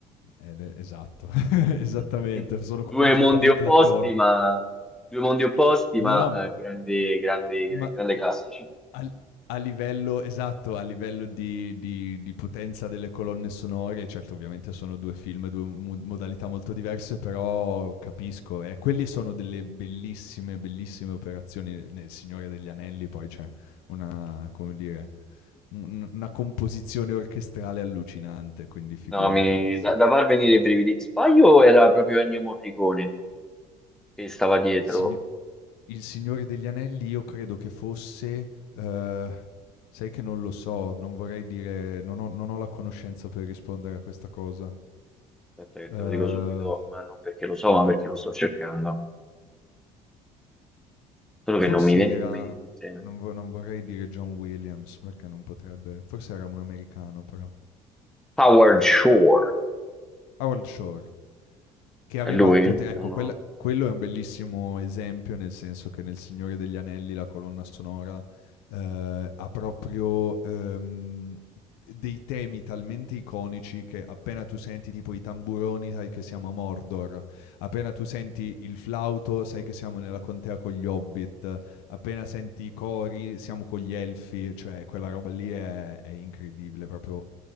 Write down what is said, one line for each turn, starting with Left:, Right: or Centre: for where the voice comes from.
Left: ed esatto, <laughs> esattamente,
Centre: <laughs>
Left: sono completamente
Centre: Due mondi opposti,
Left: d'accordo.
Centre: ma, due mondi opposti,
Left: No,
Centre: ma
Left: no, m
Centre: eh, grandi, grandi,
Left: ma
Centre: grandi classici.
Left: Al a livello esatto, a livello di di di potenza delle colonne sonore, certo ovviamente sono 2 film, 2 mo modalità molto diverse, però capisco, eh, quelli sono delle bellissime, bellissime operazioni. Nel Signore degli Anelli poi c'è una come dire, un una composizione orchestrale allucinante, quindi figurati,
Centre: No, mi-
Left: eh, sì.
Centre: da, da far venire i brividi. Sbaglio era proprio Ennio Morricone che stava dietro.
Left: Sign Il Signore degli Anelli io credo che fosse uhm, sai che non lo so, non vorrei dire non ho non ho la conoscenza per rispondere a questa cosa.
Centre: Aspetta che
Left: Uhm,
Centre: te lo dico subito, ma non perché lo so, ma perché lo sto cercando. Solo che
Left: forse
Centre: non mi viene
Left: era
Centre: in mente.
Left: non vo non vorrei dire John Williams perché non potrebbe forse era un americano però.
Centre: Howard Shore,
Left: Howard Shore. Che
Centre: è
Left: aveva
Centre: lui?
Left: tutte ecco
Centre: No. no.
Left: quel quello è un bellissimo esempio, nel senso che nel Signore degli Anelli la colonna sonora, ehm, ha proprio, ehm, dei temi talmente iconici che appena tu senti tipo i tamburoni sai che siamo a Mordor, appena tu senti il flauto sai che siamo nella contea con gli Hobbit, appena senti i cori siamo con gli Elfi, cioè quella roba lì è è incredibile proprio,